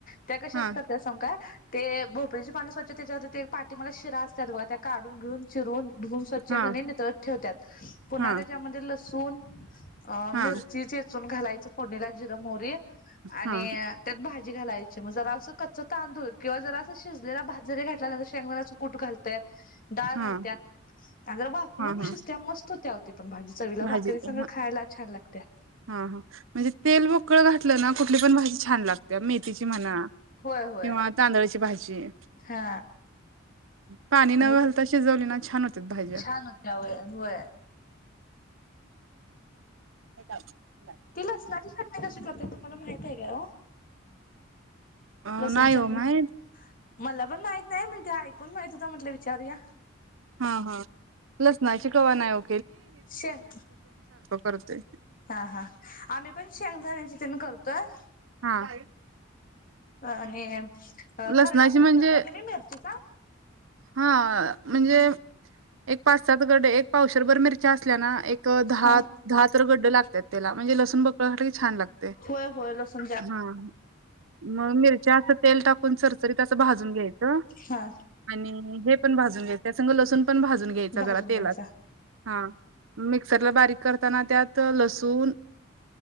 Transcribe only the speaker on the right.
हा
हा.
हा
हा
हा हा
हा
हा
भाजी
हा
हा हा. म्हणजे तेल मोकळ घातलं ना, कुठली पण भाजी छान लागते. मेथीची म्हणा,
किंवा तांदळाची भाजी
पाणी न
घालता शिजवली ना छान होत्यात भाज्या.
<unintelligible>
अ
नाही हो
माहीत
हा हा लसणाची कवा नाही ओ.
करतोय
हा.
लसणाची
म्हणजे
हा म्हणजे एक पाच सात गडे एक पावशे त्रभर मिरच्या असल्या ना एक दहा
दहा तर गड्ड लागतात त्याला. म्हणजे लसुण बकळ घातल की छान लागते
हा, म मिरच्या असं तेल टाकु आपण चरचरीत अस भाजून घ्यायच
आणि हे पण भाजून घ्यायच त्या संग लसूण पण भाजून घ्यायच
जरा तेलात
हा मिक्सरला बारीक करताना त्यात लसुण,